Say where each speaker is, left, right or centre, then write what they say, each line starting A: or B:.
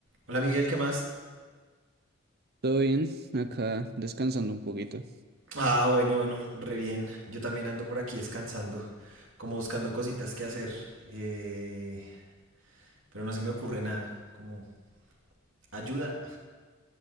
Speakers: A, on the right; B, on the right.
A: Hola Miguel, ¿qué más?
B: Todo bien, acá descansando un poquito.
A: Ah, bueno, bueno, re bien. Yo también ando por aquí descansando, como buscando cositas que hacer, eh, pero no se me ocurre nada, como ayuda.